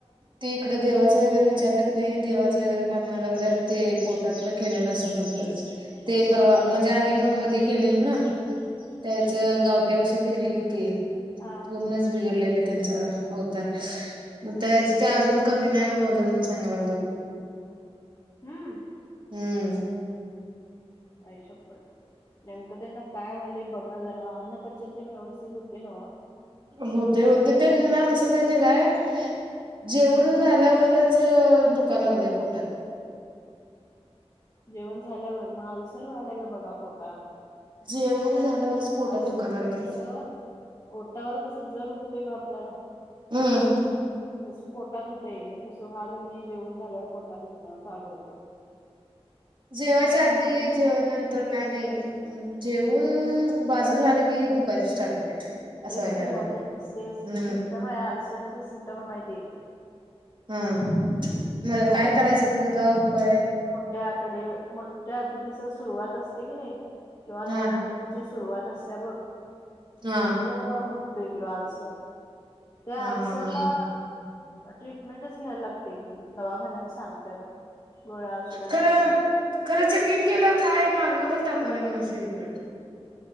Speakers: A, on the right; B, on the left.
A: ते इकडं देवाचं वगैरे विचारलं की. नाही देवाचं वगैरे कामय म्हणायला लागल्यात ते पोटातलं केले असं म्हणत्यात ते परवा म्हणजे आणि मध केलेल ना. त्याचं गावठी औषध घेतलेलं की
B: हा
A: पूर्णच बिघडल्याली त्यांचा होतात. मग तिथं अजून कमी नाही होल म्हणून सांगाल्यात बग <inaudible>
B: हम्म!
A: हम्म
B: आई शप्पथ! नेमकं त्यांना काय व्हायलय बघ जरा अन्न पचन तेन व्यवस्थित होतय नव्ह?
A: होतंय, होतंय त्यांना कस माहितीय काय जेऊन झाल्यावरच दुखाय लागलंय पोटात
B: जेवण झाल्यावर, मग आलसर झालाय काय बघा पोटात.
A: जेऊन झाल्यावरच पोटात
B: आलसर
A: दुखा
B: म्हणजे
A: लागलंय
B: कसं ओटावर कसं जर उठतय बा आपल्याला
A: हम
B: तसं पोटात होतंय मग तस हा लग्न जेवून झाल्यावर पोटात उुतन चालू होते
A: जेवायच्या आधी जेव नंतर काय नाही जेवन बाजू झालं की दुकाय स्टार्ट होते असं
B: तेच
A: व्हायला
B: किंमत
A: लागले
B: तेच
A: हम्म
B: ते सिम्टम आहे अल्सरच सिम्टम आहे ते
A: हा मग
B: होय
A: काय करायचं त्याचा काय उपाय
B: मोठ्या आतडी मोठ्या आतडीचा सुरुवात असते की नाही किंवा
A: हा
B: लहान ची सुरुवात असत्या बघ
A: हा
B: तिथं उटतय त आलच त्या
A: हा
B: आल्सरला
A: हा हा हा
B: ट्रीटमेंटच घ्यायला लागते की दवाखान्यात सांगतात गोळ्या औषधान
A: खरं
B: कमी होते
A: खरं चेकिंग केल्यावर काय नॉर्मलच दाखवावलाय न सिरीकडे